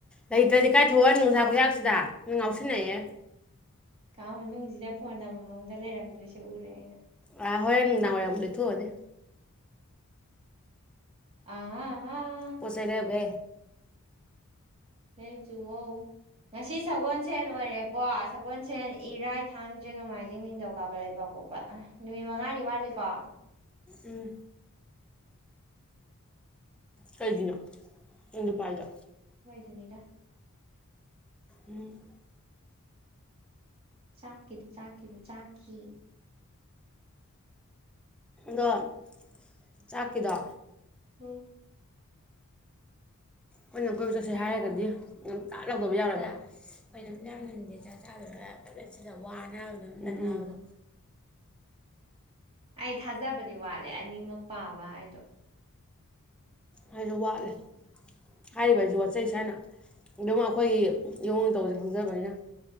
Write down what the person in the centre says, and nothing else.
ꯂꯩꯇ꯭ꯔꯗꯤ ꯀꯥꯏꯊꯣꯛꯑꯅꯤ ꯅꯨꯡꯁꯥ ꯈꯨꯌꯥꯥꯛꯁꯤꯗ ꯅꯪ ꯉꯥꯎ ꯁꯤꯦꯡꯅꯦꯌꯦ
ꯑ ꯍꯔꯗꯥꯔ ꯀꯊꯊꯧ ꯑꯣꯏꯅꯤ
ꯄꯨꯣꯁꯩꯗ ꯍꯧꯒꯦ
ꯎꯝ ꯀꯒꯤꯅꯣ ꯅ ꯅꯨꯄꯥꯥꯏꯗ
ꯎꯝ
ꯗ <unintelligible> ꯆꯥꯛꯀꯤꯗ
ꯍꯣꯏ ꯀꯣꯏꯕ ꯆꯠꯁꯦ
ꯍꯥꯏꯔꯒꯗꯤ ꯇꯥ ꯂꯧꯗꯕ ꯌꯥꯎꯔꯖꯣꯏ ꯋꯥꯅꯕꯗꯣ
ꯍꯥꯏꯅ ꯋꯥꯠꯂꯦ
ꯍꯥꯏꯔꯤꯕ ꯍꯥꯏꯁꯤ ꯋꯥꯠꯆꯩ ꯁꯥꯏꯅ ꯑꯗꯨꯝ ꯑꯩꯈꯣꯏꯒꯤ ꯏꯌꯣꯡ ꯇꯧꯁꯦ ꯈꯪꯖꯕꯅꯤꯅ